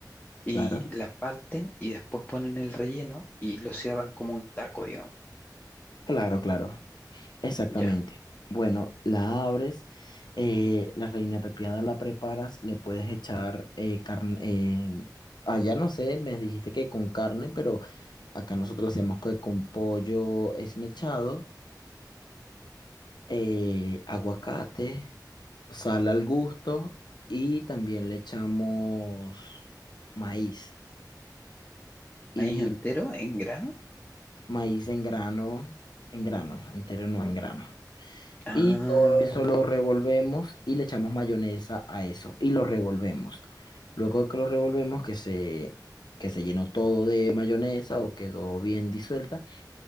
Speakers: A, on the left (about 20°); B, on the left (about 75°).
A: y
B: claro,
A: la parten y después ponen el relleno y lo cierran como un taco, digamos.
B: claro, claro. Exactamente.
A: Ya.
B: Bueno, la abres, eh, la reina pepiada la preparas, le puedes echar eh, carne, eh, allá no sé, me dijiste que con carne, pero acá nosotros lo hacemos que con pollo esmechado, eh, aguacate, sal al gusto y también le echamos maíz y
A: Maíz entero en grano.
B: maíz en grano, en grano, entero no en grano.
A: Ah,
B: Y todo eso lo revolvemos y le echamos mayonesa a eso y lo revolvemos. Luego de que lo revolvemos, que se, que se llenó todo de mayonesa o quedó bien disuelta,